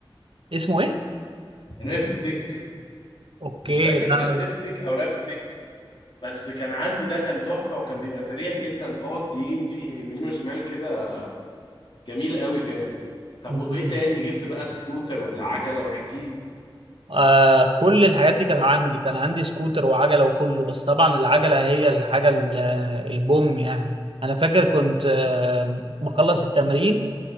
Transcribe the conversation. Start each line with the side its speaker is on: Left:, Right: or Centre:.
Right: اسمه ايه؟
Left: ريبستيك
Right: اوكي
Left: مش فاكر
Right: لا
Left: كان
Right: لا لا
Left: ليبستيك او رابستيك بس كان عندي ده كان تحفه وكان بيبقى سريع جدا تقعد يجي يمين وشمال كده جميل قوي كان طب
Right: م-م.
Left: وايه تاني جبت بقى سكوتر ولا عجله واحكي لي
Right: آه كل الحاجات دي كانت عندي كان عندي سكوتر وعجلة وكله بس طبعا العجلة هي الحاجة ال- البوم يعني انا فاكر كنت آه بخلص التمرين